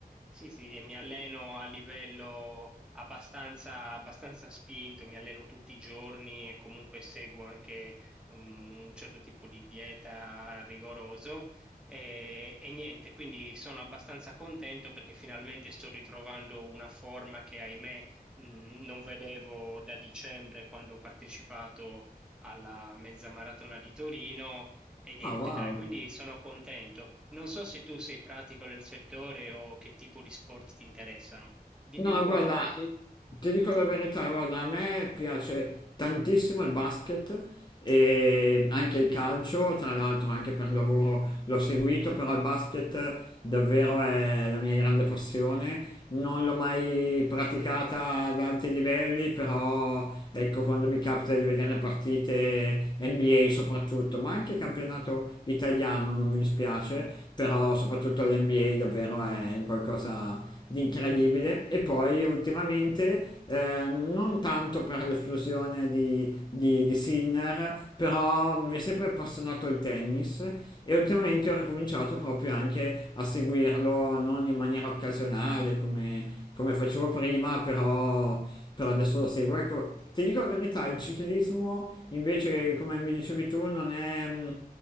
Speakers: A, in the centre; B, on the left.
A: sì, sì, mi alleno a livello abbastanza, abbastanza spinto, mi alleno tutti i giorni e comunque seguo anche um, un certo tipo di dieta rigoroso. E, e niente, quindi sono abbastanza contento perché finalmente sto ritrovando una forma che, ahimè, mh, non vedevo da dicembre quando ho partecipato alla mezza maratona di Torino e niente,
B: Ah, wow.
A: dai, quindi sono contento. Non so se tu sei pratico del settore o che tipo di sport ti interessano. Dimmi
B: No,
A: un po'
B: guarda, eh, ti dico la verità, guarda, a me piace tantissimo il basket e anche il calcio, tra l'altro anche per lavoro l'ho seguito, però il basket davvero è la mia grande passione. Non l'ho mai praticata ad alti livelli, però ecco, quando mi capita di vedere partite NBA soprattutto, ma anche campionato italiano non mi dispiace, però soprattutto l'NBA davvero è un qualcosa di incredibile e poi ultimamente eh, non tanto per l'esplosione di di, di Sinner, però mi è sempre appassionato il tennis e ultimamente ho ricominciato proprio anche a seguirlo, non in maniera occasionale come, come facevo prima, però, però adesso lo seguo. Ecco, ti dico la verità, il ciclismo invece, come mi dicevi tu, non è... mm,